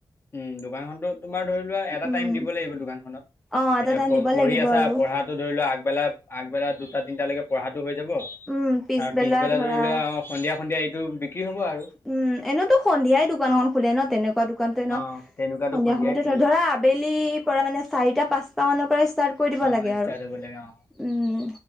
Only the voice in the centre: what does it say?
উম,
অ' এটা
টাইম
দিব
লাগিব
আৰু
উম,
ধৰা
উম এনেতো সন্ধিয়াই দোকানখন খোলে ন তেনেকুৱা দোকানতো ন
সন্ধিয়া
সময়তে
ধৰা আবেলিৰ পৰা মানে চাৰিটা পাঁচটামানৰ পৰাই ষ্টাৰ্ট কৰি দিব
লাগে আৰু।
উম।